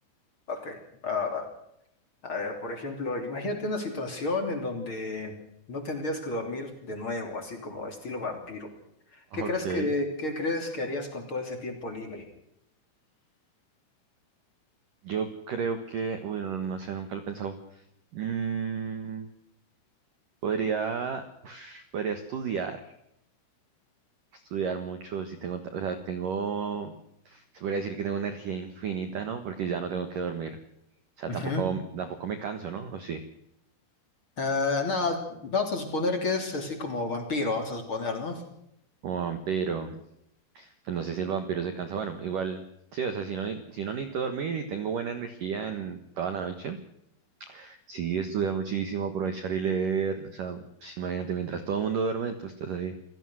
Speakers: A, on the left; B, on the right.
A: Ok, va, va, va. A ver, por ejemplo, imagínate una situación en donde no tendrías que dormir de nuevo, así como estilo vampiro.
B: Ok.
A: ¿Qué crees que, qué crees que harías con todo ese tiempo libre?
B: Yo creo que, uy, no, no sé, nunca lo he pensado. Mm, podría, uf, podría estudiar, estudiar mucho si tengo, ta- o sea, tengo, se podría decir que tengo energía infinita, ¿no? Porque ya no tengo que dormir. O sea,
A: Ujú.
B: tampoco, tampoco me canso, ¿no? O sí,
A: Ah, no, vamos a suponer que es así como vampiro, vamos a suponer, ¿no?
B: como vampiro. Pues no sé si el vampiro se cansa. Bueno, igual, sí, o sea, si no, ni- si no necesito dormir y tengo buena energía en toda la noche, sí, estudiar muchísimo, aprovechar y leer. O sea, pues, imagínate, mientras todo el mundo duerme, tú estás ahí